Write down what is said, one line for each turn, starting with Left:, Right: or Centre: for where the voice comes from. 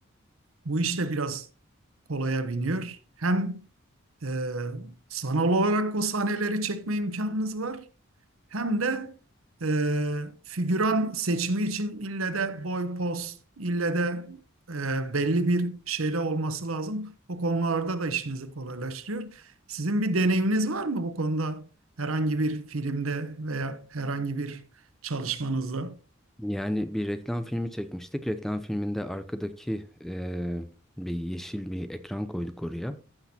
Right: bu işte biraz kolaya biniyor. Hem e, sanal olarak o sahneleri çekme imkanınız var hem de e, figüran seçimi için ille de boy, poz, ille de e, belli bir şeyde olması lazım. O konularda da işinizi kolaylaştırıyor. Sizin bir deneyiminiz var mı bu konuda herhangi bir filmde veya herhangi bir çalışmanızda?
Centre: Yani bir reklam filmi çekmiştik. Reklam filminde arkadaki e, bir yeşil bir ekran koyduk oraya.